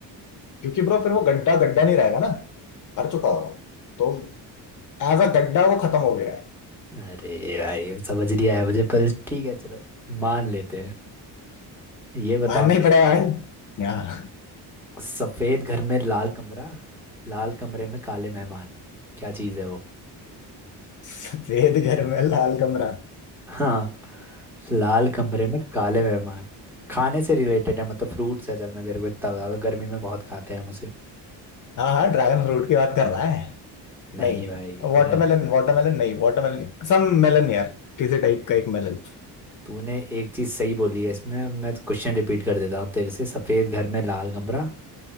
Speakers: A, on the left; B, in the centre.
A: क्योंकि ब्रो फिर वो गड्ढा गड्ढा नहीं रहेगा ना भर चुका होगा वो। तो एज अ गड्ढा वो खत्म हो गया है
B: अरे भाई समझ नहीं आया मुझे पर ठीक है चलो मान लेते हैं ये बताओ
A: मानना ही
B: ना
A: पड़ेगा भाई यहाँ
B: सफेद घर में लाल कमरा लाल कमरे में काले मेहमान क्या चीज है वो
A: सफेद घर में लाल कमरा
B: हाँ लाल कमरे में काले मेहमान खाने से रिलेटेड है मतलब फ्रूट्स है चल मैं तेरे को इतना बता दूं गर्मी में बहुत खाते हैं हम उसे
A: हाँ हाँ ड्रैगन फ्रूट की बात कर रहा है
B: नहीं
A: नहीं
B: भाई
A: वाटरमेलन
B: दे-
A: वाटरमेलन नहीं वाटरमेलन नहीं सम मेलन यार किसी टाइप का एक मेलन
B: तूने एक चीज सही बोली है इसमें मैं क्वेश्चन रिपीट कर देता हूँ तेरे से सफेद घर में लाल कमरा